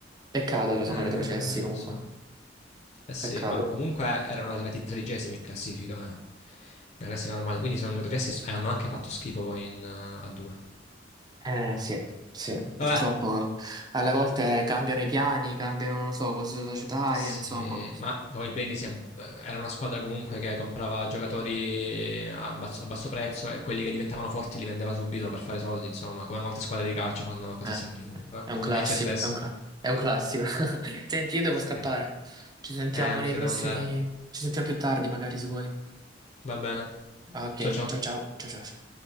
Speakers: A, on the right; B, on the left.
A: Peccato che sono
B: Eh,
A: retrocessi comunque,
B: lo so. Eh sì,
A: peccato.
B: ma comunque erano arrivati tredicesimi in classifica, eh, nella classifica normale. Quindi sono retrocessi e so- e hanno anche fatto schifo poi in, eh, a due.
A: Eh sì, sì, purtroppo
B: Vabbè.
A: alle volte cambiano i piani, cambiano, non lo so, cose societarie,
B: Sì,
A: insomma.
B: ma poi il Brindisi è- eh, era una squadra comunque che comprava giocatori eh, a basso, a basso prezzo e quelli che diventavano forti li vendeva subito per fare soldi, insomma, come molte squadre di calcio fanno cose
A: Eh,
B: simili comunque. eh.
A: è un classico,
B: Lecce stessa.
A: è un, cla- è un classico. <laughs> Senti, io devo
B: Sì.
A: scappare.
B: Eh,
A: Ci sentiamo
B: anch'io
A: nei prossimi...
B: devo andare.
A: Ci sentiamo più tardi, magari, se vuoi.
B: Va bene.
A: Ok,
B: Ciao ciao.
A: ciao ciao, ciao ciao.